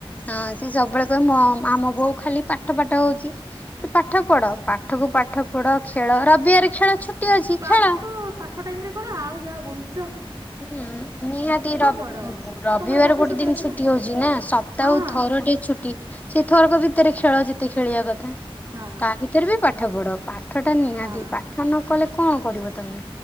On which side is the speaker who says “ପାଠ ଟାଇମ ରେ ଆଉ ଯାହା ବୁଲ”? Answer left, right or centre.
Right